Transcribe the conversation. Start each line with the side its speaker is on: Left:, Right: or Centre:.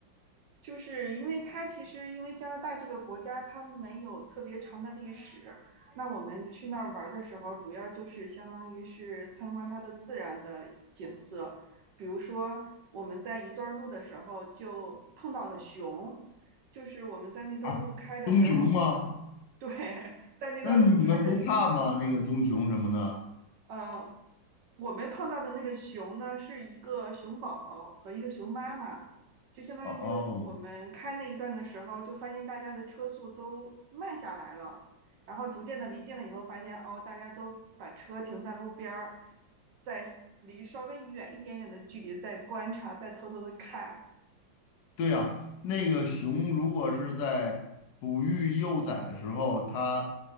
Right: 就是因为它其实因为加拿大这个国家它没有特别长的历史，那我们去那儿玩的时候，主要就是相当于是参观它的自然的景色，比如说我们在一段路的时候就碰到了熊，就是我们在那段路开的时候，
Left: 啊，棕熊吗？
Right: <laughs> 对，在那段路开的时候。
Left: 那你们不怕吗？那个棕熊什么的？
Right: 呃，我们碰到的那个熊呢，是一个熊宝宝和一个熊妈妈，就相当于我们开那一段的时候，
Left: 哦哦，
Right: 就发现大家的车速都慢下来了，然后逐渐的离近了以后，发现哦，大家都把车停在路边儿，在离稍微远一点点的距离在观察，在偷偷的看。
Left: 对呀，那个熊如果是在哺育幼崽的时候，它